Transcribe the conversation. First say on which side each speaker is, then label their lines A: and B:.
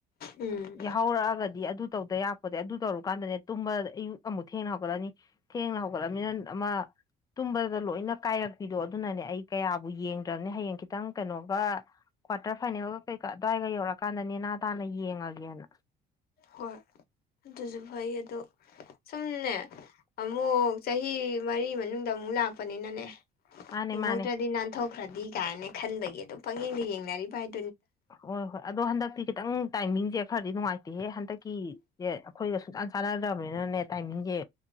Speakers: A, on the left; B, on the left.
A: ꯎꯝ
B: ꯌꯥꯍꯧꯔꯛꯑꯒꯗꯤ ꯑꯗꯨ ꯇꯧꯗ ꯌꯥꯛꯄꯗ ꯑꯗꯨ ꯇꯧꯔꯨꯀꯥꯟꯗꯅꯦ ꯇꯨꯝꯕ ꯑꯌꯨꯛ ꯑꯃꯨꯛ ꯊꯦꯡꯅ ꯍꯧꯒꯠꯂꯅꯤ ꯊꯦꯡꯅ ꯍꯧꯒꯠꯂꯅꯤꯅ ꯑꯃ ꯇꯨꯝꯕꯗ ꯂꯣꯏꯅ ꯀꯥꯏꯔꯛꯄꯤꯗꯣ ꯑꯗꯨꯅꯅꯦ ꯑꯩ ꯀꯌꯥꯕꯨ ꯌꯦꯡꯗ꯭ꯔꯕꯅꯦ ꯍꯌꯦꯡ ꯈꯤꯇꯪ ꯀꯩꯅꯣꯒ ꯀ꯭ꯋꯥꯔꯇꯔ ꯐꯥꯏꯅꯦꯜꯒ ꯀꯩꯀꯥ ꯑꯗꯨꯋꯥꯏꯒ ꯌꯧꯔꯀꯥꯟꯗ ꯅꯦꯅꯥ ꯇꯥꯅ ꯌꯦꯡꯉꯒꯦꯅ
A: ꯍꯣꯏ ꯑꯗꯨꯁꯨ ꯐꯩ ꯑꯗꯣ ꯁꯨꯝꯅꯦ ꯑꯃꯨꯛ ꯆꯍꯤ ꯃꯔꯤ ꯃꯅꯨꯡꯗ ꯑꯃꯨꯛ ꯑꯃꯨ ꯂꯥꯛꯄꯅꯤꯅꯅꯦ
B: ꯃꯥꯅꯦ
A: ꯍꯤꯡꯍꯧꯗ꯭ꯔꯗꯤ
B: ꯃꯥꯅꯦ
A: ꯅꯥꯟꯊꯣꯛꯈ꯭ꯔꯗꯤ ꯀꯥꯏꯅ ꯈꯟꯕꯒꯤ ꯑꯗꯨꯝ ꯄꯛꯌꯦꯡꯗ ꯌꯦꯡꯅꯔꯤꯕ ꯍꯥꯏ
B: ꯍꯣꯏ ꯍꯣꯏ ꯑꯗꯣ ꯍꯟꯗꯛꯇꯤ ꯈꯤꯇꯪ ꯇꯥꯏꯃꯤꯡꯁꯦ ꯈꯔꯗꯤ ꯅꯨꯡꯉꯥꯏꯇꯦꯍꯦ ꯍꯟꯗꯛꯀꯤꯁꯦ ꯑꯩꯈꯣꯏꯒ ꯁꯨꯡꯆꯥꯟ ꯆꯥꯟꯅꯗ꯭ꯔꯕꯅꯤꯅꯅꯦ ꯇꯥꯏꯃꯤꯡꯁꯦ